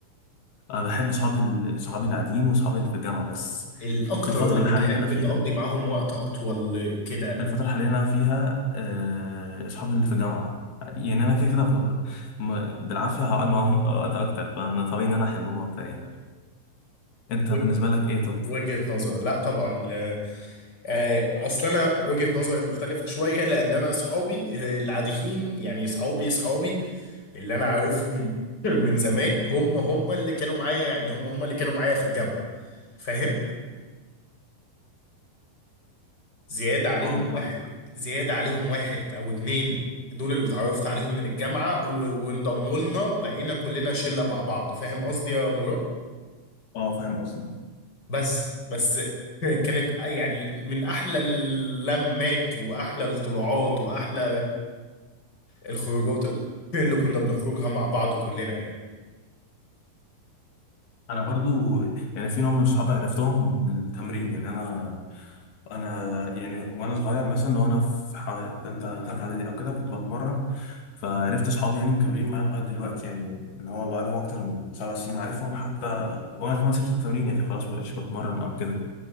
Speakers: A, on the left (about 90°); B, on the left (about 25°).
A: انا بحب صحابي ال- صحابي العاديين وصحابي اللي في الجامعه بس
B: الاكتر
A: في الفتره
B: اللي بتحب
A: الحاليه اللي انا فيها
B: تقضي معاهم وقت اطول كده
A: في الفترة الحالية اللي أنا فيها آه، أصحابي اللي في الجامعة يعني أنا كده كده ب- م- بالعافية هقعد معاهم وقت أكتر فأنا طبيعي إن أنا أحبهم أكتر يعني أنت
B: وج-
A: بالنسبة لك إيه طب؟
B: وجهه نظر لا طبعا ال- آه، اصل انا وجهه نظري مختلفه شويه لان انا اصحابي آه، العاديين يعني اصحابي اصحابي اللي انا عارفهم <laughs> من زمان هم هم اللي كانوا معايا يعني هم هم اللي كانوا معايا في الجامعة فاهم زيادة عليهم
A: اه
B: واحد
A: فاهم
B: زيادة عليهم واحد او اتنين دول اللي اتعرفت عليهم من الجامعة و- وانضموا لنا بقينا كلنا شلة مع بعض فاهم قصدي يا مراد
A: اه فاهم قصدك
B: بس بس <laughs> كانت يعني من احلى اللمات واحلى الطلوعات واحلى الخروجات اللي كنا بنخرجها مع بعض كلنا يعني
A: أنا برضو يعني في نوع من صحابي عرفتهم من التمرين يعني أنا أنا يعني وأنا صغير مثلا وأنا في حو- تالتة تالتة إعدادي أو كده كنت بتمرن فعرفت صحابي يعني مكملين معايا لغاية دلوقتي يعني اللي هو بقالهم أكتر من سبع سنين عارفهم حتى وأنا كمان سبت التمرين يعني خلاص مبقتش بتمرن أو كده